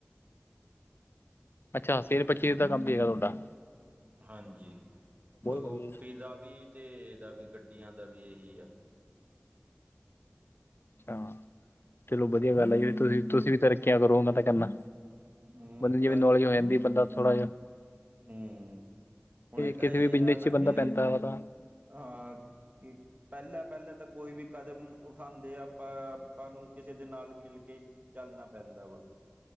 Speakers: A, on the left; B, on the right.
A: ਅੱਛਾ, ਸੇਲ ਪੱਰਚੇਸ ਦਾ ਕੰਮ ਵੀ ਹੈਗਾ ਤੋਡਾ।
B: ਹਾਂਜੀ, ਪ੍ਰੋਪਟੀ
A: ਵਧੀਆ ਜੀ
B: ਦਾ ਵੀ ਤੇ ਏਦਾ ਵੀ ਗੱਡੀਆਂ ਦਾ ਵੀ ਏਹੀ ਐ।
A: ਛਾ, ਚਲੋ ਵਧੀਆ ਗੱਲ ਆ ਜੀ। ਤੁਸੀ ਤੁਸੀਂ ਵੀ ਤਰੱਕੀਆਂ ਕਰੋ, ਮੈਂ ਤਾਂ ਕਰਨਾ।
B: ਹੂੰ
A: ਬੰਦੇ ਜਿਵੇ
B: ਬਸ
A: ਨੌਲੇਜ ਹੋ ਜਾਂਦੀ ਏ, ਬੰਦਾ ਥੋੜਾ ਜਾ
B: ਹੂੰ, ਹੁਣੇ ਤਾਂ
A: ਕਿਸੇ
B: ਏਹ
A: ਵੀ ਬਿਜ਼ਨਸ
B: ਆ ਨਾ
A: 'ਚ ਬੰਦਾ
B: ਕੇ
A: ਪੈਂਦਾ ਵਾ ਤਾਂ
B: ਹਾਂ, ਕਿ ਪੈਲਾਂ ਪੈਲਾਂ ਤਾਂ ਕੋਈ ਵੀ ਕਦਮ ਉਠਾੰਦੇ ਆਪਾਂ। ਆਪਾਂ ਨੂੰ ਕਿਸੇ ਦੇ ਨਾਲ ਮਿਲ ਕੇ ਚੱਲਣਾ ਪੈਂਦਾ ਵਾ।